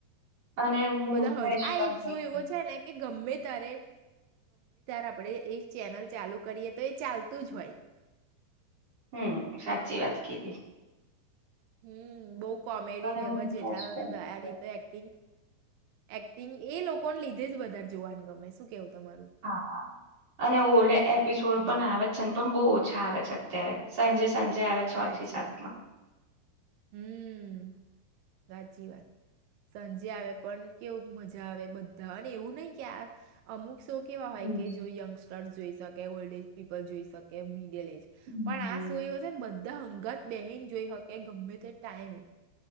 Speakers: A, on the right; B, on the right.
A: અને મૂડ
B: બધા
A: ફ્રેશ
B: હળ આ
A: પણ
B: એક
A: થઈ
B: શો એવો
A: જાય
B: છે ને. ગમે ત્યારે આપણે એ ચેનલ ચાલુ કરીએ તો એ ચાલતું જ હોય.
A: હમ સાચી વાત કીધી.
B: હમ બહુ. કોમેડીન
A: અને
B: એમાં
A: મૂડ
B: જેઠા
A: ફ્રેશ
B: અને
A: પણ
B: દયાની
A: થઈ જાય.
B: તો એક્ટિંગ. એક્ટિંગ એ લોકોને લીધે જ વધારે જોવાનું ગમે શું કેવું. તમારું
A: હા અને ઓલ્ડ એપિસોડ
B: હમ.
A: પણ આવે છે પણ બહુ. હા આવે છે અત્યારે સાંજે સાંજે. આવે છ
B: હાચી
A: થી સાતમાં
B: વાત હમ. સાચી વાત સાંજે આવે પણ કેવું મજા આવે બધા અને એવું નહી કે આ અમુક. શો કેવા
A: હમ
B: હોય કે જો યંગસ્ટર્. જોઈ શકે ઓલ્ડ એજ પીપલ જોઈ શકે પણ
A: હમ
B: આ સુજન બધું હંગાત બહીન જોઈ હકે ગમે તે ટાઈમ